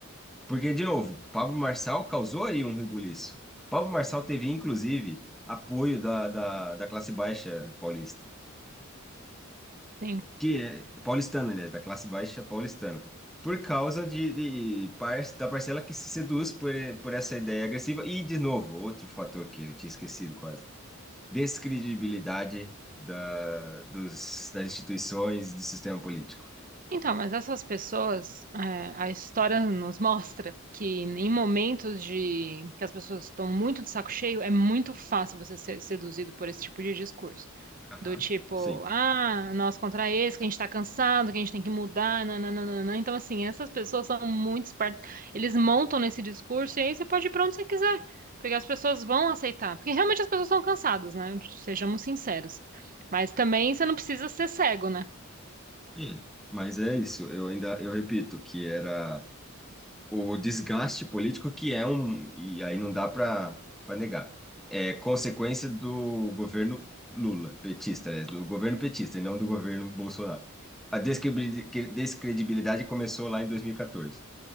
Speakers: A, in the centre; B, on the right (about 40°).
A: Porque, de novo, Pablo Marçal causou aí um rebuliço. Pablo Marçal teve, inclusive, apoio da, da, da classe baixa paulista,
B: sim.
A: que é paulistana, aliás, da classe baixa paulistana, por causa de, de par, da parcela que se seduz por, por essa ideia agressiva. E, de novo, outro fator que eu tinha esquecido quase, descredibilidade da, dos, das instituições do sistema político.
B: Então, mas essas pessoas, é, a história nos mostra que em momentos de que as pessoas estão muito de saco cheio, é muito fácil você ser seduzido por esse tipo de discurso.
A: Aham.
B: Do tipo,
A: Sim.
B: ah, nós contra esse, que a gente tá cansado, que a gente tem que mudar, nananana. Então, assim, essas pessoas são muito espertas. Eles montam nesse discurso e aí você pode ir pra onde você quiser. Porque as pessoas vão aceitar. Porque realmente as pessoas estão cansadas, né? Sejamos sinceros. Mas também você não precisa ser cego, né?
A: Hum. Mas é isso, eu ainda, eu repito, que era o desgaste político que é um, e aí não dá para para negar, é consequência do governo Lula, petista, né? Do governo petista e não do governo Bolsonaro. A descrebri- que- descredibilidade começou lá em 2014,